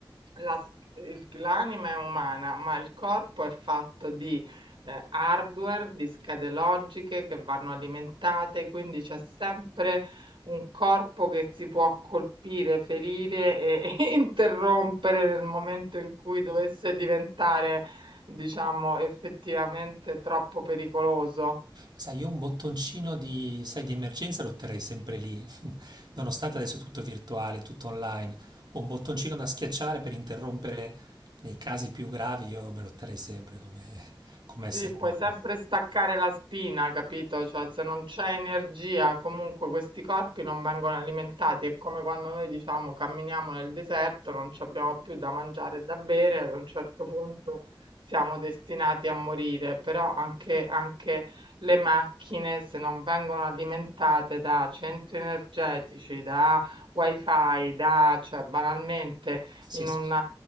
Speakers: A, on the right; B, on the right.
A: la s il l'anima è umana, ma il corpo è fatto di, ehm, hardware, di schede logiche che vanno alimentate, quindi c'è sempre un corpo che si può colpire, ferire e <laughs> e interrompere nel momento in cui dovesse diventare, diciamo, effettivamente troppo pericoloso.
B: Sai, io un bottoncino di, sai, di emergenza lo terrei sempre lì, <laughs> nonostante adesso è tutto virtuale, tutto online. Ho un bottoncino da schiacciare per interrompere nei casi più gravi, io me lo terrei sempre come, come essere
A: Sì, puoi
B: umano.
A: sempre staccare la spina, capito? Cioè, se non c'è energia, comunque questi corpi non vengono alimentati. È come quando noi diciamo camminiamo nel deserto, non ci abbiamo più da mangiare e da bere, ad un certo punto siamo destinati a morire. Però anche, anche le macchine, se non vengono alimentate da centri energetici, da wifi, da, cioè, banalmente
B: Sì,
A: in
B: sì,
A: un
B: sì.